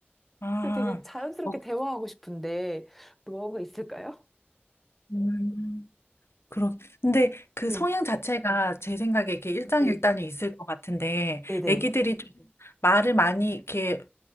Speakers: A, on the left; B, in the centre.
A: 아. 아.
B: 그래서 되게 자연스럽게
A: 어.
B: 대화하고 싶은데, 노하우가 있을까요?
A: 음. 그렇 근데 그
B: 네.
A: 성향 자체가 제 생각에 이렇게 일장일단이
B: 네.
A: 있을 것 같은데
B: 네네.
A: 애기들이 좀 말을 많이 이렇게